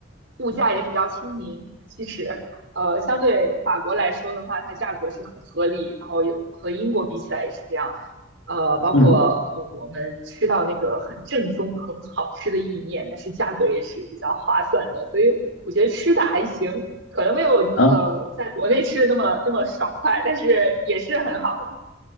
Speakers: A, on the right; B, on the left.
A: 物价也比较亲民，其实。呃，相对法国来说的话，它价格是很合理，然后有和英国比起来也是这样。呃，包括呃我们吃到那个很正宗、
B: 嗯哼
A: 很好吃的意面，但是价格也是比较划算的，所以我觉得吃的还行，可能没有呃在国内吃的那么那么爽快，
B: 啊
A: 但是也是很好的。